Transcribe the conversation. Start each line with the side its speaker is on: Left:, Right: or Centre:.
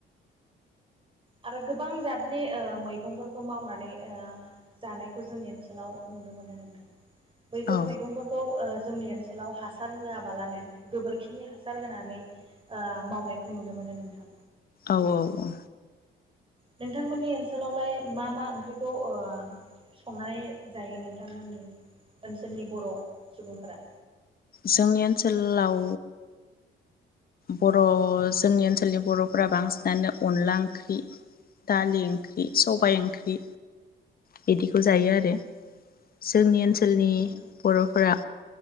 Right: आरो गोबां जादनि ओ मैगंफोरखौ मावनानै ओ जानायखौ जोंनि ओनसोलाव नुनो मोनो नोंथां। बैफोर
Left: औ
Right: मैगंफोरखौ ओ जोंनि ओनसोलाव हासार होआबालानो गोबोरखिनि हासार होनानै ओ मावनायखौ नुनो मोनो नोंथां।
Left: औ औ औ
Right: नोंथांमोननि ओनसोलावलाय मा मा ओंख्रिखौ ओ संनानै जायो नोंथांमोननि ओनसोलनि बर' सुबुंफोरा?
Left: जोंनि ओनसोलाव बर' जोंनि ओनसोलनि बर'फोरा बांसिनानो अनला ओंख्रि दालि ओंख्रि सबायाइ ओंख्रि बिदिखौ जायो आरो। जोंनि
Right: अ
Left: ओनसोलनि
Right: नंगौना
Left: बर'फोरा